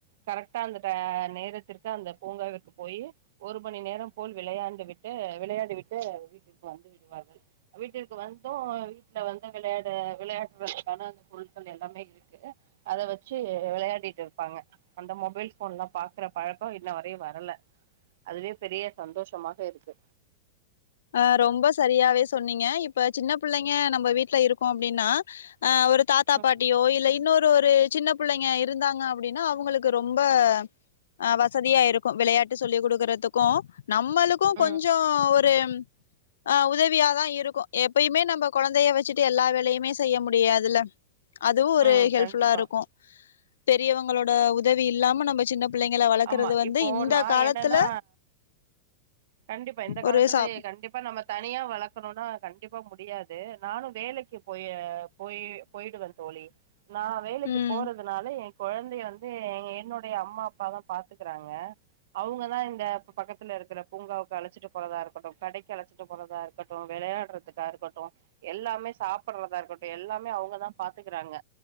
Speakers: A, on the right; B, on the left.
A: கரெக்டா அந்த டே நேரத்திற்க் கு அந்த பூங்காவிற்கு போயி ஒரு மணி நேரம் போல் விளையாண்டு விட்டு விளையாடி விட்டு வீட் டிற்கு வந்து விடுவார்கள் வீட்டிற்கு வந் தும் வீட்ல வந்து விளையாட விளையாடுவதக்கான அந்த பொருட்கள் எல்லாமே இருக் கு அத வச்சு விளையாடிட்டு இருப்பாங்க அந்த மொபைல் ஃபோன் எல்லா பாக்குற பழக்கோ இன்ன வரையு வரல அதுவே பெரிய சந்தோஷமாக இருக்கு
B: அ ரொம்ப சரியாவே சொன்னீங்க இப்ப சின்ன புள்ளைங்க நம்ம வீட்ல இருக்கோ அப்டின்னா அ ஒரு தாத்தா
A: ம்
B: பாட் டியோ இல்ல இன்னொரு ஒரு சின்ன புள்ளைங்க இருந்தாங்க அப்டின்னா அவங்களுக்கு ரொம்ப அ வசதியா இருக்கும் விளையாட்டு சொல்லி் குடுக்கறதுக்கும் நம்மளுக்கு
A: ம்
B: கொஞ்சோ ஒரு அ உதவியாதா இருக்கும் எப்பயுமே நம்ம கொழந்தைய வச்சுட்டு எல்லா வேலையுமே செய்ய முடியாது இல்ல அதுவு ஒரு
A: ம்
B: ஹெல்ப்ஃபுல்லா
A: கண்டிப்பா
B: இருக்கும் பெரியவங்களோட உதவி இல்லாம நம்ப சின்ன பிள்ளைங்கள வளக்குறது
A: ஆமா
B: வந்து
A: இப்போ
B: இந்த
A: நா
B: காலத்துல
A: என்னன்னா கண்டிப்பா இந்த காலத்துல
B: ஒரு சா
A: கண்டிப்பா நம்ம தனியா வளக்கணுன்னா கண்டிப்பா முடியாது நானு வேலைக்கு போய போயி போயிடுவ தோழி நா வேலைக்கு
B: ம்
A: போறது னால என் கொழந்தைய வந்து எங்க என்னுடைய அம்மா அப்பாதா பாத்துக்கறாங்க அவுங்க தா இந்த பக்கத்துல இருக்கிற பூங்காக்கு அழைச்சிட்டு போறதா இருக்கட்டும் கடைக்கு அழைச்சிட்டு போறதா இருக்கட்டும் விளையாட்றதுக்கா இருக்கட்டும் எல்லாமே சாப்பிட்றதா இருக்கட்டும் எல்லாமே அவுங்கதா பாத்துக்கறாங்க